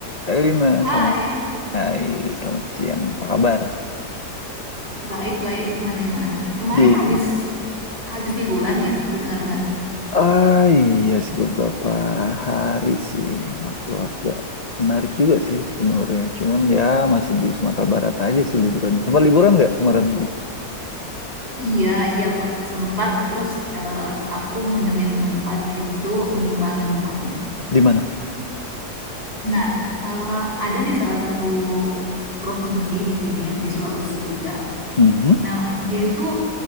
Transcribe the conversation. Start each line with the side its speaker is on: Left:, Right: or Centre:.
Left: Halo Mas,
Right: Hai,
Left: selamat Hai, selamat siang. Apa kabar?
Right: baik-baik. Gimana gimana? Kemarin
Left: Gini.
Right: habis habis liburan ya? Gue dengar-dengar.
Left: Ah iya sih beberapa hari sih sama keluarga. Menarik juga sih sebenarnya. Cuman ya masih di Sumatera Barat aja sih liburannya. Sempat liburan nggak kemarin?
Right: Iya, iya per- sempat terus eh, aku ngunjungin tempat gitu, unik banget tempatnya.
Left: Di mana?
Right: Nah, eh, ada di salah satu provinsi di sini ya, di Sulawesi juga.
Left: Mhm.
Right: Nah, dia itu